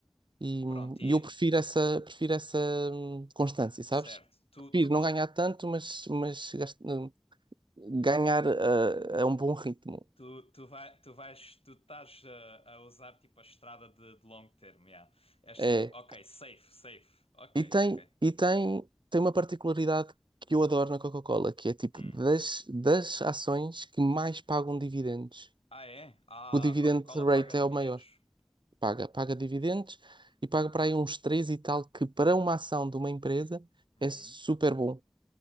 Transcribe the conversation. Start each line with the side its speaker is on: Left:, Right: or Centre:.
Right: E,
Left: Pronto, e
Right: e eu prefiro essa, prefiro essa hum, constância, sabes?
Left: certo. Tu,
Right: Prefiro
Left: tu
Right: não ganhar tanto, mas, mas gast- hum, ganhar eh, a um bom ritmo.
Left: Tu, tu, vai, tu vais, tu estás a, a usar tipo a estrada de, de longo termo, yeah. És
Right: é.
Left: tipo, ok, safe, safe. Ok,
Right: E tem,
Left: ok.
Right: e tem, tem uma particularidade que eu adoro na Coca-Cola, que é tipo
Left: Hum.
Right: das, das ações que mais pagam dividendos.
Left: Ah, é? Ah,
Right: O dividend
Left: a Coca-Cola
Right: rate
Left: paga dividendos.
Right: é o maior. Paga, paga dividendos e paga para aí uns 3 e tal, que para uma ação de uma empresa
Left: Uhum.
Right: é super bom.